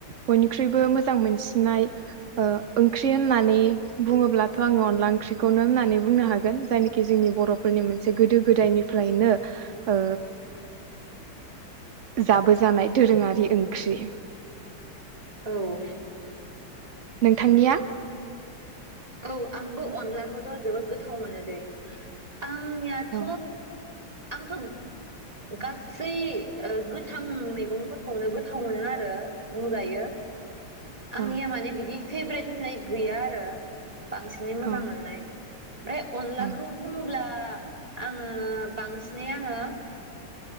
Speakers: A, on the right (about 80°); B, on the right (about 20°).
A: बयनिख्रुइबो मोजां मोनसिननाय ओ ओंख्रि होननानै बुङोब्लाथ' आङो अनला ओंख्रिखौनो होननानै बुंनो हागोन जायनोखि जोंनि बर'फोरनि मोनसे गोदो गोदायनिफ्रायनो ओ जाबोजानाय दोरोङारि ओंख्रि
B: औ
A: नोंथांनिया
B: औ आंबो अनलाखौथ' जोबोद गोथाव मोनो दैे। आं नियाथ
A: औ
B: आंथ' गासै ओ गोथां मैगंफोरखौनो गोथाव मोनो आरो बुंजायो। आंनिया
A: औ
B: माने बिदि फेबब्रेद होननाय गैया आरो। बांसिनै मोजां
A: औ
B: मोननाय ओमफ्राय अनलाखौ
A: औ
B: बुंङोब्ला आङो बांसिनै आङो